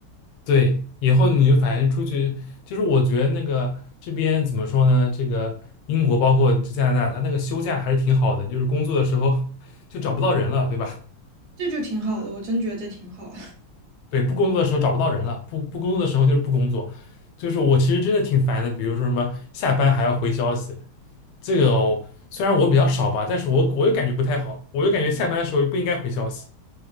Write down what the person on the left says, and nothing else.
对。以后你就反正出去，就是我觉得那个这边怎么说呢？这个英国包括这加拿大，它那个休假还是挺好的，就是工作的时候就找不到人了，对吧？
对，不工作的时候找不到人了，不不工作的时候就是不工作。就是我其实真的挺烦的，比如说什么下班还要回消息，这个我虽然我比较少吧，但是我我又感觉不太好，我又感觉下班的时候不应该回消息。